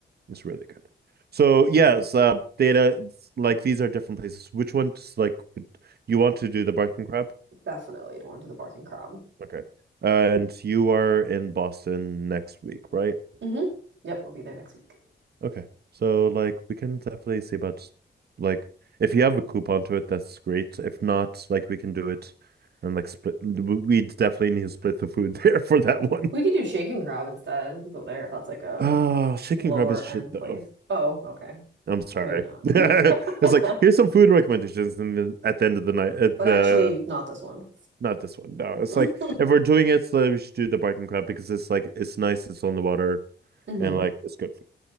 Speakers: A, on the right (about 60°); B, on the right (about 75°).
A: it's really good. So yes, uh, data like these are different places. Which ones like would you want to do the Barking Crab?
B: Definitely don't want to do the barking crab.
A: Okay. And you are in Boston next week, right?
B: hmm Yep, I'll be there next week.
A: Okay. So like we can definitely see about like if you have a coupon to it, that's great. If not, like we can do it and like split. We definitely need to split the food <laughs> there for that one.
B: We could do shaking crab instead. We could go there if that's like a
A: Oh, chicken
B: lower
A: crab is shit
B: end place.
A: though.
B: Oh, okay.
A: I'm sorry.
B: So maybe not.
A: <laughs> it's
B: <laughs>
A: like here's some food recommendations, and at the end of the night, at
B: But
A: the
B: actually, not this one.
A: not this one. No, it's
B: <laughs>
A: like if we're doing it, so we should do the barking crab because it's like it's nice, it's on the water,
B: hmm
A: and like it's good food.